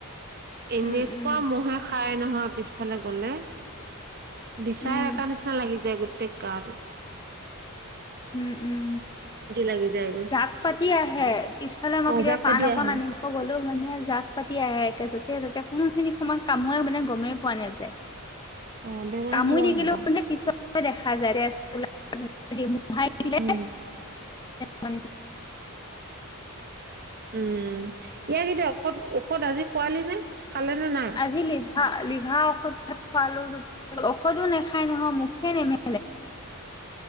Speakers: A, on the right (about 45°); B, on the left (about 20°).
A: এনেকুৱা
B: উম, উম,
A: মহে খাই নহয় পিছফালে গলে বিচাৰ
B: উম,
A: এক নিচিনা লাগি যায় গোেই তে কাৰ
B: উ উম উম
A: লাগি যায়গৈ
B: জাক পাতি আহে পিছফালে মই
A: অ
B: কেতিয়াবা
A: জাক
B: পাণ
A: পাতি
B: অকণ
A: আহে
B: আনিম গ'লো মানে জাক পাতি আহে একে য'তে য'তে কোনোখিনি সময় কামোোৱে মানে গমেই পোৱা নাযায়
A: অ বেমাৰ
B: কামুই
A: হ'ব
B: থাকিলেও
A: হব
B: ম নে পিছত দেখা যায়ুল মোহাই দিলে
A: উম
B: মান
A: উম ইয়াকেইতিয়া ঔষধ ঔষধ আজি খোৱালি নে খালে নে নাই?
B: আজি লিভা লিভা স খোৱালো ন ঔষধো নাখায় নহয় মুখে নেমেে